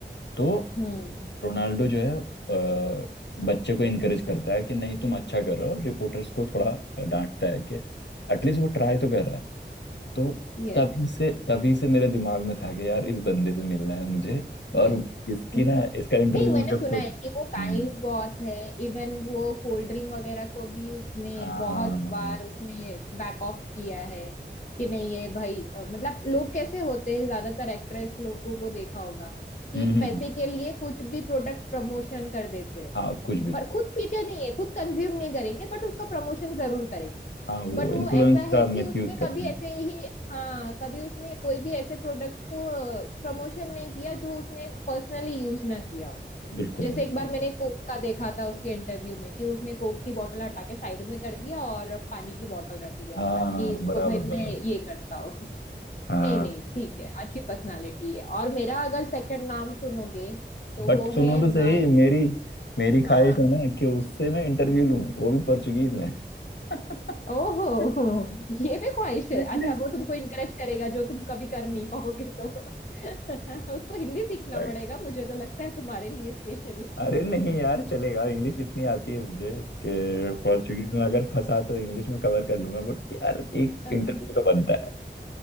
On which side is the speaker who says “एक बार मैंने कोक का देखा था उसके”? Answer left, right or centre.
Left